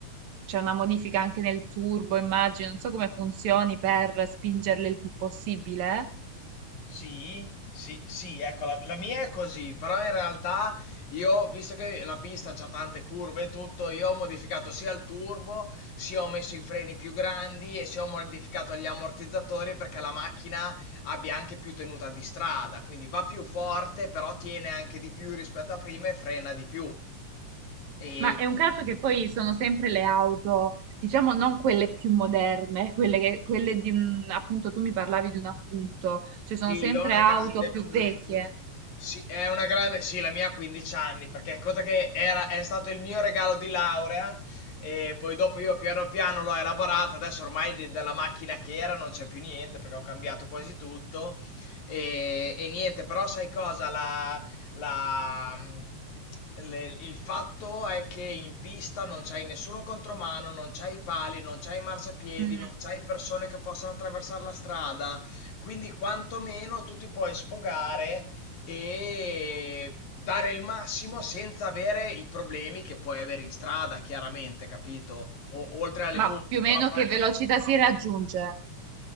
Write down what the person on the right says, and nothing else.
c'è una modifica anche nel turbo, immagino, non so come funzioni per spingerle il più possibile.
Ma
è un caso che poi sono sempre le auto, diciamo non quelle più moderne, quelle, che, quelle di un, appunto tu mi parlavi di un appunto, cioè sono
sempre
auto
più
vecchie,
Mm.
ma
più o meno
che velocità si raggiunge?